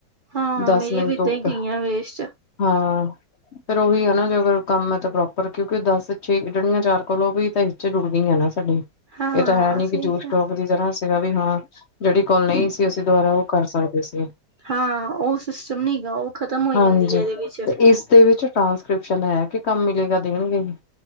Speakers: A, on the right; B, on the left.
A: ਹਾਂ
B: ਦਸ
A: ਮੇਰੀਆਂ
B: ਮਿੰਟ
A: ਵੀ ਇਦਾਂ
B: ਤੋਂ ਉੱਪਰ
A: ਹੀ ਗਈਆਂ ਵੇਸਟ।
B: ਹਾਂ ਫੇਰ ਉਹੀ ਆ ਨਾ ਜੇ ਅਗਰ ਕੰਮ ਹੈ, ਤਾਂ ਪ੍ਰੋਪਰ ਕਿਉਂਕਿ ਦਸ ਛੇ ਜਿਹੜੀਆਂ ਚਾਰ ਕੋਲ ਉਹ ਵੀ ਤਾਂ ਇਥੇ ਜੁੜ ਨਈ ਹੈ ਨਾ ਸਾਡੇ
A: ਹਾਂ
B: ਏ ਤਾਂ ਹੈ ਨੀ ਕਿ
A: ਸਹੀ
B: ਜੋਸ
A: ਕਿਹਾ
B: ਟੋਕ ਦੀ ਤਰ੍ਹਾਂ ਸੀਗਾ ਵੀ ਹਾਂ, ਜਿਹੜੀ ਕੋਲ ਨਹੀਂ ਸੀ, ਅਸੀਂ ਦੁਬਾਰਾ ਓਹ ਕਰ ਸਕਦੇ ਸੀ।
A: ਹਾਂ ਉਹ ਸਿਸਟਮ ਨਹੀਂ ਹੈਗਾ ਉਹ ਖ਼ਤਮ ਹੋ ਜਾਂਦੀ
B: ਹਾਂਜੀ
A: ਹੈ ਇਹਦੇ ਵਿੱਚ
B: ਤੇ ਇਸ ਦੇ ਵਿੱਚ ਟ੍ਰਾਂਸਕ੍ਰਿਪਸ਼ਨ ਹੈ ਕੇ ਕੰਮ ਮਿਲੇਗਾ ਦੇਣਗੇ ਹੀ।